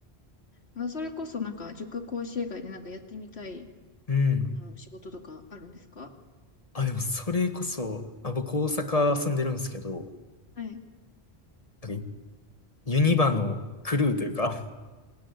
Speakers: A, on the left (about 75°); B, on the left (about 35°).
A: まあ、それこそなんか、塾講師以外でなんかやってみたい、
B: うん。
A: もう仕事とかあるんですか
B: あ、でもそれこそ、あ、僕大阪住んでるんですけど、
A: はい。
B: なんかユニバのクルーというか